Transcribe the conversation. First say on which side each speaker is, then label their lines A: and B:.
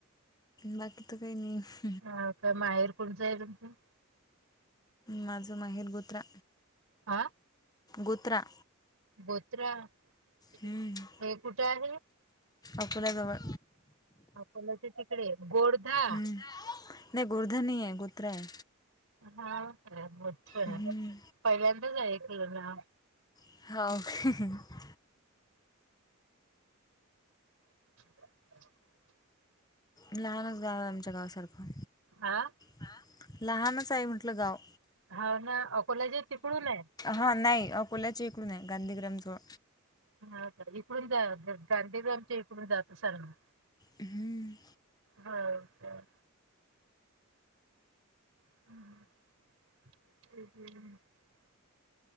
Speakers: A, on the left; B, on the right.
A: बाकी त काही नाही.
B: ह काय माहेर कोुणचं आहे तुमचं
A: माझं माहेर बुत्रा.
B: आं.
A: गुत्रा.
B: बोत्रा हे
A: हम्म,
B: कुठे आहे.
A: अकोल्याजवळ
B: आपलाच्याकडे गोर्धा
A: हम्म. नाही गुर्धनी आहे कुत्र आहे.
B: हा आहे मो आहे
A: हम्म.
B: पहिल्यांदाच ऐकलं ना
A: हो.
B: <unintelligible>
A: लहानच गाव आहे आमच्या गावासारखं
B: हह.
A: आ लहानच आहे म्हटलं गाव
B: हाव ना अकोल्याच्या तिकडून ये-
A: हां नाई अकोल्याच्या इकडून आहे गांधीग्रामजवळ
B: हा का इकडून जा गांधी गांधीग्रामच्या इकडून जात सरना
A: हम्म.
B: हो, हो. हम् ह ह.